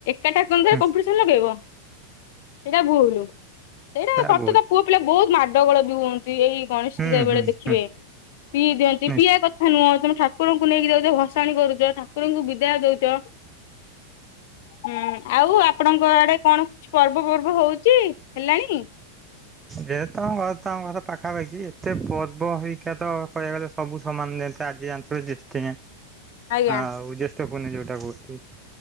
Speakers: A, on the left (about 50°); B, on the right (about 15°).
A: କେଟା କମ୍ପିଟିସନ
B: ହୁଁ ହୁଁ
A: ଲଗେଇବ ସେଇଟା ଭୁଲୁ ସେଇଟା
B: ତା
A: ସତ
B: ବହୁତ
A: ତ ପୁଅ ପିଲା ବହୁତ ମାଡ ଗୋଳ ବି ହୁଅନ୍ତି ଏଇ ଗଣେଶ
B: ହୁଁ
A: ପୂଜା ଏ ବେଳେ
B: ହୁଁ
A: ଦେଖିବେ
B: ହୁଁ
A: ପିଇ ଦିଅନ୍ତି
B: ନିଶ୍ଚୟ
A: ପିଇବା କ ଥା ନୁହଁ ତମେ ଠାକୁରଙ୍କୁ ନେଇକି ଦଉଛ ଭସାଣି କରୁଛ ଠାକୁରଙ୍କୁ ବିଦାୟ ଦଉଛ ହୁଁ ଆଉ ଆପଣଙ୍କ ଆଡେ କଣ କିଛି ପର୍ବ ପର୍ବ ହଉଛି ହେଲାଣି?
B: ଯେ ତମ ଘ ତମ ଘର ପାଖାପାଖି ଏତେ ପର୍ବ ହେଇକା ତ କହିବାକୁ ଗଲେ ସବୁ ସମାନ ଯେନ୍ତେ ଆଜି ଯାଣିଥିବେ <unintelligible>
A: ଆଜ୍ଞା।
B: ହଁଉ ଜ୍ୟେଷ୍ଠ ପୂର୍ଣ୍ଣଣି ଯୋଉଟା କରୁଛି